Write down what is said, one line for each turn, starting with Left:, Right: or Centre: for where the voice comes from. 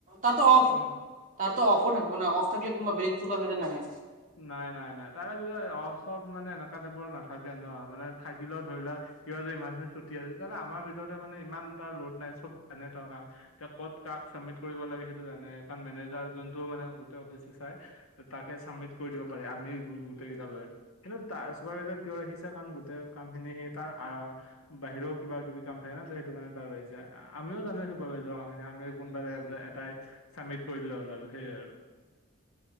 Right: তাৰতো অফ-
Left: উম
Right: তাৰত অফো থাকিব ন অফ থাকলে কোনোবা বেলেগ ছুপাৰভাইজাৰ নাহে।
Left: নাই নাই নাই তাৰে ভিতৰত অফ চফ মানে এনেকুৱা টাইপৰ নাথাকে ন মানে- থাকিলেও ধৰি লোৱা কিবা যদি ইমাৰ্জেঞ্চি ছু- টি তেতিয়াহ'লে আমাৰ ভিতৰতে মানে ইমান তাৰ লোড নাই চব জানে ত কাম। এতিয়া ক'ত কাক চাবমিট কৰিব লাগে সেইটো জানে কাৰণ মেনেজাৰ যোনটো মানে গোটেই অফিচটো চাই। তাকে চাবমিট কৰি দিব পাৰি আমি গোটেই কেইটা লৈ। কিন্তু তাৰ চুপাৰভাইজাৰ কিয় সিচা কাম গোটেই কাম খিনি সি তাৰ আহ- বাহিৰও কিব কিবি কাম থাকে নো সেইটো কাৰণে তাক আহিছে আমিও জানোই চুপাৰভাইজাৰ কামখিনি আমি- কোনোবা জেগা এটাই চাবমিট কৰি দিললে হ'ল আৰু সেইয়ে আৰু।